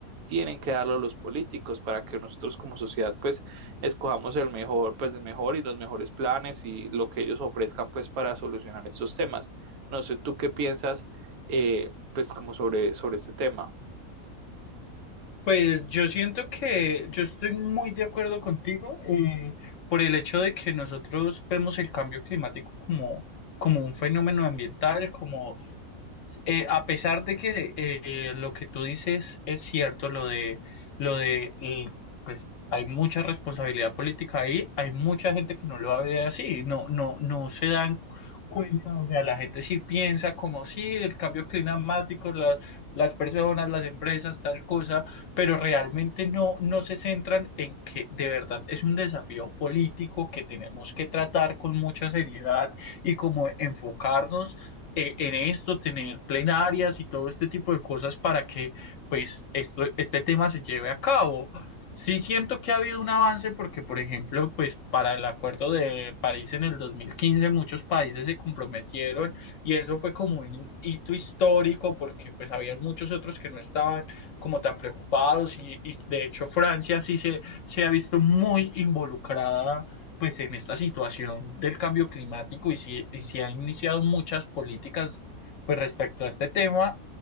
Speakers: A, on the right; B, on the left.
A: tienen que darlo los políticos para que nosotros como sociedad pues escojamos el mejor, pues el mejor y los mejores planes y lo que ellos ofrezcan pues para solucionar estos temas. No sé, ¿tú qué piensas eh, pues como sobre, sobre este tema?
B: Pues yo siento que yo estoy muy de acuerdo contigo eh, por el hecho de que nosotros vemos el cambio climático como, como un fenómeno ambiental, como eh, a pesar de que eh, lo que tú dices es cierto, lo de, lo de, l- pues hay mucha responsabilidad política ahí, hay mucha gente que no lo ve así, no, no, no se dan cu- cuenta, o sea, la gente sí piensa como sí, el cambio climático, las, las personas, las empresas, tal cosa, pero realmente no, no se centran en que de verdad es un desafío político que tenemos que tratar con mucha seriedad y como enfocarnos eh, en esto, tener plenarias y todo este tipo de cosas para que pues esto, este tema se lleve a cabo. Sí siento que ha habido un avance porque, por ejemplo, pues para el Acuerdo de París en el 2015 muchos países se comprometieron y eso fue como un hito histórico porque pues había muchos otros que no estaban como tan preocupados y, y de hecho Francia sí se, se ha visto muy involucrada pues en esta situación del cambio climático y si, y si ha iniciado muchas políticas pues respecto a este tema